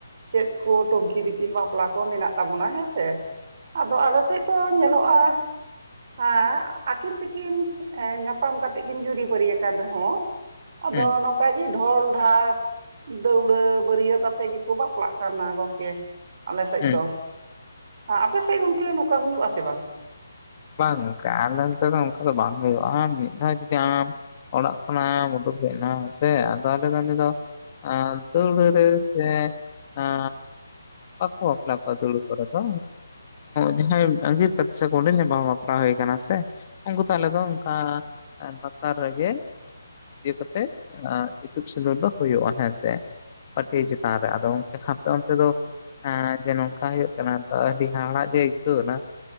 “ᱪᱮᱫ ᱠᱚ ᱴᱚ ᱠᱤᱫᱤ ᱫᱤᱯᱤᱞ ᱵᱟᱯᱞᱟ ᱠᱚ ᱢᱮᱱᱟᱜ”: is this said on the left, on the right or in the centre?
Right